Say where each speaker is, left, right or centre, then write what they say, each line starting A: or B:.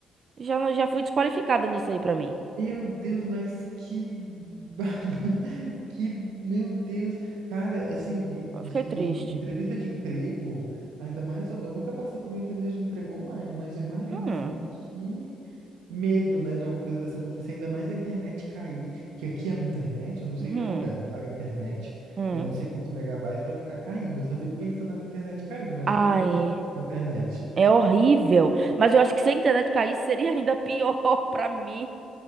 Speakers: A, on the right; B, on the right.
A: já já fui desqualificada nisso aí pra mim.
B: Meu Deus, mas que baba- <laughs> que meu Deus. Cara, assim, de-
A: Eu fiquei triste.
B: e entrevista de emprego, ainda mais, eu nunca passei por uma entrevista de emprego online, mas eu imagino
A: Hum,
B: assim que medo, né, de alguma coisa dessa acontecer, ainda mais a internet cair, que aqui é a minha internet, eu não sei
A: hum,
B: o que acontece, eu pago a internet,
A: hum.
B: né, não sei quantos megabytes para ficar caindo, eu só fico pensando na minha internet caindo, mas
A: Ai,
B: ficou tudo tranquilo com a internet.
A: é horrível. Mas eu acho que se a internet caísse seria ainda pior <laughs> pra mim.